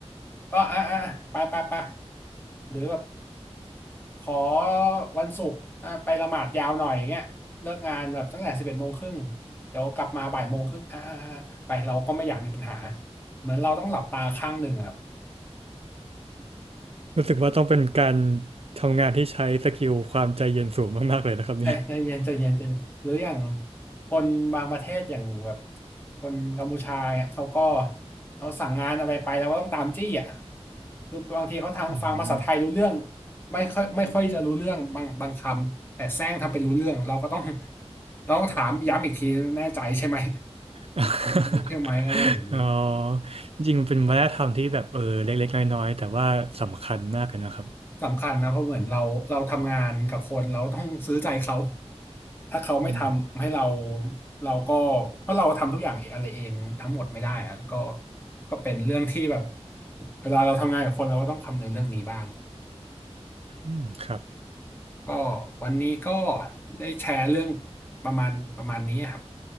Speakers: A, on the left (about 20°); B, on the right (about 60°).
A: ก็อ่ะอ่ะไปไปไปหรือแบบขอวันศุกร์อ่ะไปละหมาดยาวหน่อยอย่างเงี้ยเลิกงานแบบตั้งแต่สิบเอ็ดโมงครึ่งเดี๋ยวกลับมาบ่ายโมงครึ่งอ่ะอ่ะอ่ะไปเราก็ไม่อยากมีปัญหาเหมือนเราต้องหลับตาข้างหนึ่งอะ
B: รู้สึกว่าต้องเป็นการทำงานที่ใช้สกิลความใจเย็นสูงมากๆเลยนะครับเนี่ย
A: ใจใจเย็นใจเย็นใจเย็นหรืออย่างคนบางประเทศอย่างแบบคนกัมพูชาเนี่ยเขาก็เอาสั่งงานอะไรไปแล้วก็ต้องตามจี้อ่ะคือบางทีเขาทางฟังภาษาไทยรู้เรื่อง
B: อืม
A: ไม่ค่อยไม่ค่อยจะรู้เรื่องบางบางคำแต่แซงทำเป็นรู้เรื่องเราก็ต้องเราต้องถามย้ำอีกทีแน่ใจใช่ไหม
B: <laughs>
A: รู้ใช่ไหมอะไรอย่างนี้
B: อ๋อจริงๆมันเป็นวัฒนธรรมที่แบบเออเล็กๆน้อยๆแต่ว่าสำคัญมากเลยนะครับ
A: สำคัญนะเพราะเหมือนเราเราทำงานกับคนเราต้องซื้อใจเขาถ้าเขาไม่ทำให้เรา
B: อืม
A: เราก็เพราะเราทำทุกอย่างเองอะไรเองทั้งหมดไม่ได้อะก็ก็เป็นเรื่องที่แบบเวลาเราทำงานกับคนเราก็ต้องคำนึงเรื่องนี้บ้าง
B: อืมครับ
A: ก็วันนี้ก็ได้แชร์เรื่องประมาณประมาณนี้ครับ